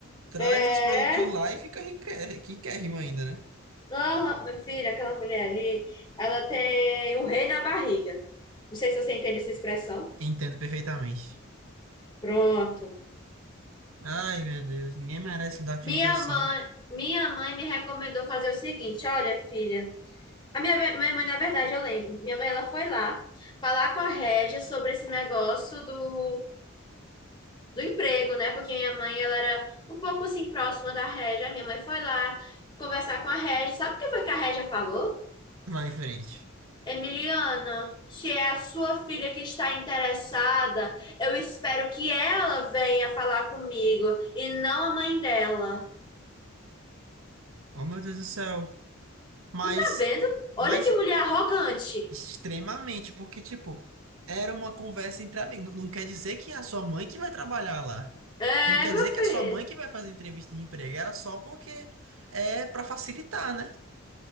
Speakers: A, on the right; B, on the left.
A: traz
B: É.
A: os produtos de lá e fica riquérrima riquérrima ainda, né?
B: Aham, meu filho, aquela mulher ali, ela tem um rei na barriga. Não sei se você entende essa expressão.
A: Entendo perfeitamente.
B: Pronto.
A: Ai, meu Deus, ninguém merece lidar com
B: Minha
A: gente assim.
B: mãe, minha mãe me recomendou fazer o seguinte: olha, filha. A minha, ve- minha mãe, na verdade, eu lembro. Minha mãe, ela foi lá falar com a Régia sobre esse negócio do do emprego, né? Porque minha mãe, ela era um pouco assim próxima da Régia. A minha mãe foi lá conversar com a Régia. Sabe o que foi que a Régia falou?
A: Vai em frente.
B: Emiliana, se é a sua filha que está interessada, eu espero que ela venha falar comigo e não a mãe dela.
A: Oh, meu Deus do céu. Mas,
B: Tu tá vendo?
A: mas
B: Olha que mulher arrogante.
A: Extremamente, porque, tipo, era uma conversa entre amigos. Não não quer dizer que é a sua mãe que vai trabalhar lá.
B: É,
A: Não quer
B: meu
A: dizer que
B: filho.
A: é a sua mãe que vai fazer entrevista de emprego. Era só porque é pra facilitar, né?